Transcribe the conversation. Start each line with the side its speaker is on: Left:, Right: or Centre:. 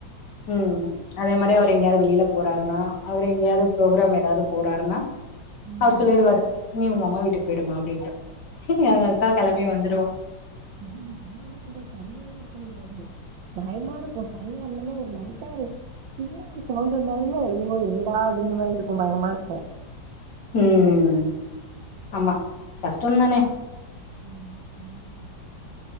Left: ம் அதே மாரி அவரு எங்கயாவது வெளியில போறாருன்னா அவரு எங்கயாவது ப்ரோக்ராம் ஏதாவ்து போறாருன்னா
Right: ம்
Left: அவரு சொல்லிடுவாரு நீ உங்க அம்மா வீட்டுக்கு பேயிடுமா அப்டின்ட்டு எங்க
Right: ம்
Left: அக்கா கெளம்பி வந்துருவா
Right: ம் வேலல பன்றத் தண்ணி லா இருக் ப முடியாது பயமா இருக்கு ஒரு பனியா இருந்தன்னா ஒரு லைட்டா இர் இன்னு ஒரு சவுண்ட் வந்தாலுமே ஐயோயோ என்னடா அப்டிங்கிற மாரி இருக்கு பயமா இருக்கு
Left: ம் அஆமா கஷ்டந்தானே
Right: <inaudible>